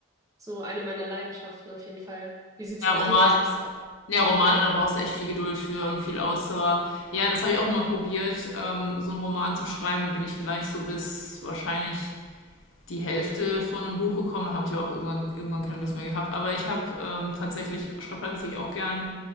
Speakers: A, on the right; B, on the left.
A: so eine meiner Leidenschaften auf jeden Fall. Wie sieht's
B: Ja,
A: bei
B: Roman,
A: dir aus? Bist du auch?
B: ja, Romane,
A: Ja,
B: da brauchst du echt viel Geduld für und viel Ausdauer. Ja, das habe ich auch mal probiert, ähm, so einen Roman zu schreiben. Dann bin ich vielleicht so bis wahrscheinlich die Hälfte von einem Buch gekommen. Dann habe ich auch irgendwann, irgendwann keine Lust mehr gehabt. Aber ich habe ähm, tatsächlich, schreibe tatsächlich auch gern.